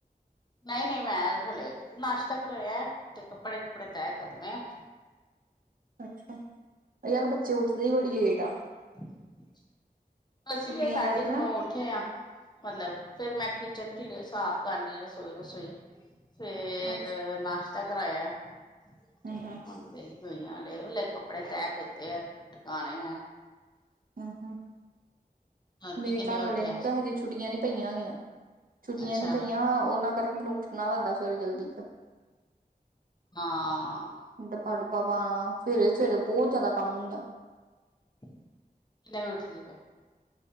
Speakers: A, on the left; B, on the right.
A: ਨਹੀਂ ਨਹੀਂ ਮੈਂ ਹਲੇ ਨਾਸ਼ਤਾ ਕਰਾਇਆ, ਤੇ ਕੱਪੜੇ ਕੁੱਪੜੇ ਤੈਅ ਕਰਨੇ ਆ।
B: ਅੱਛਾ ਯਾਰ ਬੱਚੇ ਉੱਠਦੇ ਹੀ ਬੜੀ ਲੇਟ ਆ।
A: ਹਾਂਜੀ। ਅਸੀਂ
B: ਛੁੱਟੀਆਂ
A: ਵੀ ਅੱਜ ਸਾਢੇ
B: ਕਰਕੇ
A: ਕ
B: ਨਾ
A: ਨੌ ਉੱਠੇ ਆ ਮਤਲਬ ਫੇਰ ਮੈਂ ਕਿਚਨ ਕੀਤੇ ਸਾਫ਼ ਕਰ ਜਾਈਆਂ ਰਸੋਈ ਰੁਸੋਈ। ਫੇਰ
B: ਅੱਛਾ
A: ਨਾਸ਼ਤਾ। ਤਾਂ ਕਰਾਇਆ ਤੇ
B: ਹੂੰ ਹੂੰ
A: ਹੁਣ ਵੀ ਦਈਆਂ ਲੇ ਲ ਕੱਪੜੇ ਤੈਅ ਕੀਤੇ ਐ, ਟਿਕਾਣੇ ਐ।
B: ਹਾਂ ਹਾਂ
A: ਰਾਤੀ
B: ਮੇਰੇ
A: ਕਿੰਨੇ
B: ਘਰ
A: ਵਜੇ
B: ਵਾਲੇ
A: ਉੱਠਿਆ
B: ਨੂੰ
A: ਅੱਜ
B: ਤਾਂ ਹਜੇ ਛੁੱਟੀਆਂ ਨੇ। ਪਈਆਂ ਹੋਈਆਂ ਛੁੱਟੀਆਂ
A: ਅੱਛਾ
B: ਨੀ ਪਈਆਂ, ਔਨਾਂ ਕਰਕੇ ਮੈਨੂੰ ਉੱਠਣਾ ਪੈਂਦਾ ਸਵੇਰੇ ਜਲਦੀ, ਫਿਰ।
A: ਹਾਂ
B: ਡਬਾ ਡੁੱਬਾ ਪਾਉਣਾ ਸਵੇਰੇ ਸਵੇਰੇ ਬਹੁਤ ਜ਼ਿਆਦਾ ਕੰਮ ਹੁੰਦਾ।
A: ਕਿੰਨੇ ਵਜੇ ਉਠਦੀ ਫ਼ਿਰ